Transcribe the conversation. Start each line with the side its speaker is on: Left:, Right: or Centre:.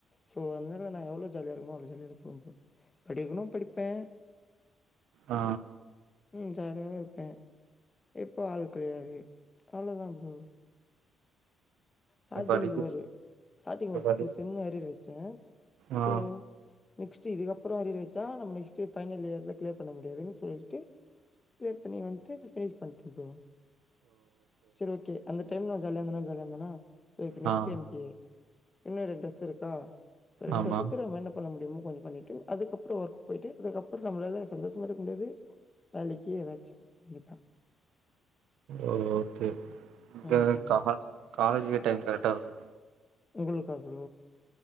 Left: சோ அதனால நா எவ்ளோ ஜாலியா இருக்கனுமோ அவ்ளோ ஜாலியா இருப்பே ப்ரோ படிக்கணு படிப்பே
Right: ஆ
Left: ம் ஜாலியாவு இருப்பே இப்போ ஆள் கிளியர் அவ்ளோதா ப்ரோ சாட்டிங்கு
Right: படிக்க
Left: ஒரு சாட்டிங்கு ஒரு
Right: படி
Left: டூ செம்மு அறியர் வச்சே
Right: ஆ
Left: சோ நெக்ஸ்ட் இதுக்கப்பறோ அறியர் வச்சா நம்ம நெக்ஸ்ட் ஃபைனல் இயர்ல கிளியர் பண்ண முடியாதுன்னு சொல்ட்டு கிளியர் பண்ணி வந்ட்டு இப்ப பினிஷ் பண்ணிட்டே ப்ரோ செரி ஓகே அந்த டைம்ல ஜலாந்தனா ஜலாந்தனா சோ இப்ப நெக்ஸ்ட்
Right: ஆ
Left: டைம் கே இன்னு ரெண்டு வருச இருக்கா ரெண்டு
Right: ஆமா
Left: வருசத்துல நம்ம என்ன பண்ண முடியுமோ கொஞ்சோ பண்ணீட்டு அதுக்கப்றோ ஒர்க் போய்ட்டு அதுக்கப்றோ நம்மளால சந்தோஷமா இருக்க முடியாது வேலக்கி ஏதாச்சு போ வேண்டிதா
Right: ஓ ஓகே இந்த
Left: ம் ம்
Right: கார் காலேஜுக்கே டைம் கரெக்டாகுங்க
Left: உங்களுக்கா ப்ரோ